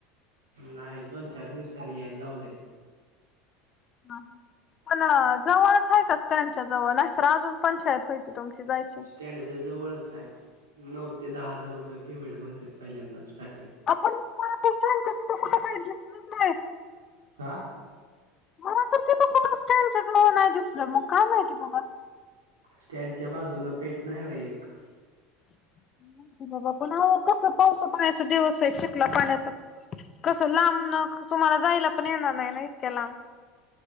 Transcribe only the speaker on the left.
हा पण जवळच आहे का स्टॅन्डच्या जवळ नाहीतर अजून पंचाईत <unintelligible> पैसे तुमचे जायचे <unintelligible>
आपण स्टॅन्डच्या तिथे कुठे काय दिसलंच नाही
<unintelligible> मला तर तिथं कुठं स्टॅन्डच्या जवळ नाही दिसल मग काय माहिती बाबा <unintelligible>
नाही माहिती बाबा पण म्हणलं कस पावसा पाण्याच दिवस आहेत चिखला पाण्याचं <unintelligible> कसं लांबन तुम्हाला जायला पण येणार नाही ना इतक्या लांब <unintelligible>